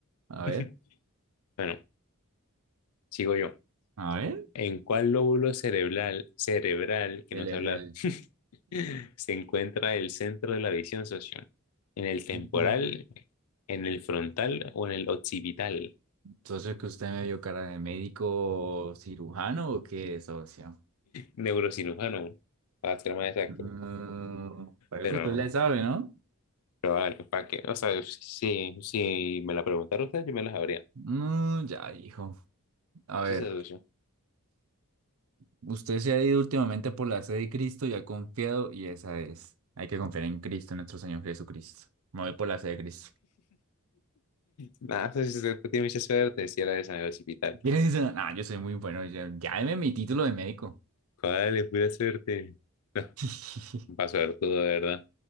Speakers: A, on the right; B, on the left.
A: A ver,
B: <laughs> Bueno, sigo yo.
A: a ver.
B: ¿En cuál lóbulo cerebral, cerebral, que
A: El,
B: no
A: el-
B: sé hablar,
A: el-
B: <laughs> se encuentra el centro de la visión, socio? ¿En el temporal,
A: No.
B: en el frontal o en el occipital?
A: Socio, que usted me vio cara de médico cirujano o qué, socio?
B: Neurocirujano, para ser más exacto.
A: Mm, pero
B: Pero
A: que usted le sabe, ¿no?
B: Pero vale, ¿para qué? O sea, si, si me la preguntara usted, yo me la sabría.
A: Mm, ya dijo. A ver,
B: Sí, se <laughs>
A: usted se ha ido últimamente por la sed de Cristo y ha confiado, y esa es. Hay que confiar en Cristo, en nuestro Señor Jesucristo. Me voy por la sed de Cristo.
B: Nada, pues, si usted tiene mucha suerte, si era de San Hospital.
A: <laughs> ¿Quién dice? Ah, yo soy muy bueno. Ya, ya deme mi título de médico.
B: ¿Cuál es pura suerte? No,
A: <laughs>
B: un paso de todo, de verdad.